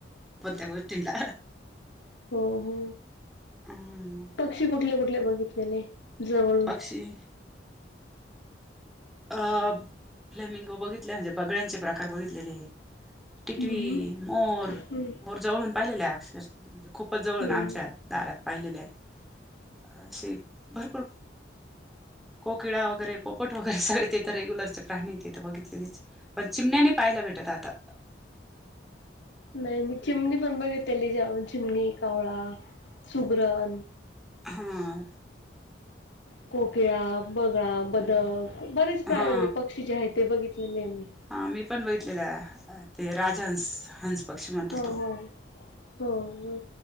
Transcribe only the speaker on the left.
हो हो
पक्षी कुठले कुठले बघितलेले?? जवळून
हम्म
हम्म हम्म
हम्म
नाही मी चिमणी पण बघितलेली जवळून चिमणी, कावळा, सुगरण
कोकिळा, बगळा, बदक बरेच प्राणी
आणि पक्षी जे आहेत ते बघितलेले आहे मी
हो
हो हो